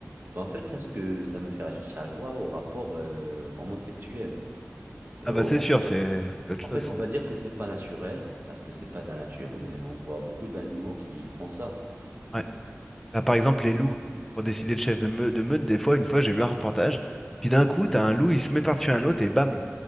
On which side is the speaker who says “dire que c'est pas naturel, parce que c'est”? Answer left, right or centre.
Right